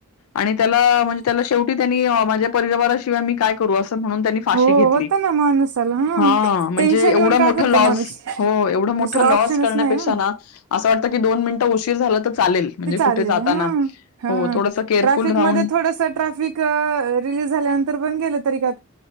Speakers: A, on the left; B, on the right.
A: आणि त्याला म्हणजे त्याला शेवटी त्यांनी माझ्या परिवाराशिवाय मी काय करू असतो म्हणून त्याने फाशी
B: हो
A: घेतली
B: होत ना माणसाला हा
A: हं
B: टेन्शन
A: हं एवढा
B: येऊन काय
A: मोठा
B: करत
A: लॉस
B: माणूस
A: होय एवढा मोठा
B: दुसरा
A: लॉस
B: ऑप्शनच
A: करण्यापेक्षा
B: नाही ना
A: नाज्ञअसं वाटतं ना दोन मिनिट उशीर झाला तर चालेल, म्हणजे
B: ते
A: कुठे
B: चा
A: जाताना. हो, थोडंसं केअरफुल
B: ट्रफिक
A: राहून
B: म थोडस ट्रफिकलीज झाल्यानंत तर पण गेले तरी का